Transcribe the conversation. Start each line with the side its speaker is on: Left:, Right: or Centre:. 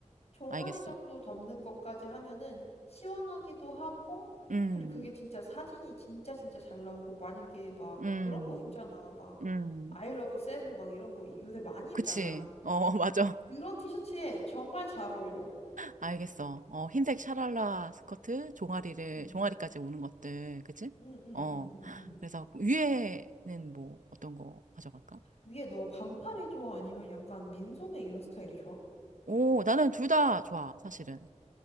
Left: 종아리
Right: 알겠어.
Left: 정도 덮는 것까지 하면은 시원하기도 하고,
Right: 음.
Left: 그리고 그게 진짜 사진이 진짜 진짜 잘 나오고, 만약에 막
Right: 음.
Left: 그런 거 입잖아. 막,
Right: 음.
Left: I love 세부 막 이런 거 요새 많이 입잖아.
Right: 그치. 어, <laughs> 맞아.
Left: 그런 티셔츠에 정말 잘 어울려.
Right: 알겠어. 어, 흰색 샤랄라 스커트, 종아리를,
Left: 응.
Right: 종아리까지 오는 것들. 그치?
Left: 응, 응,
Right: 어.
Left: 응, 응, 응.
Right: 그래서 위에는 뭐 어떤 거 가져갈까?
Left: 위에 너 반팔이 좋아? 아니면 약간 민소매 이런 스타일이 좋아?
Right: 오, 나는 둘 다 좋아, 사실은.